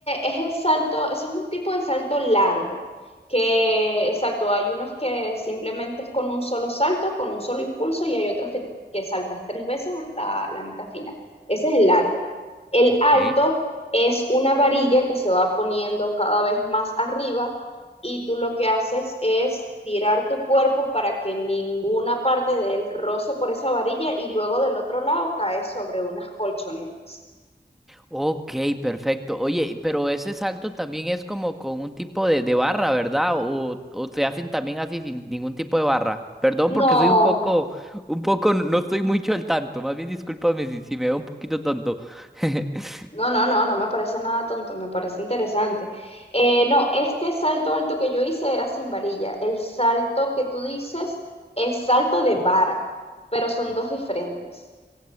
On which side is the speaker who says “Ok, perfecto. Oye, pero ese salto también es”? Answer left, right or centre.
Centre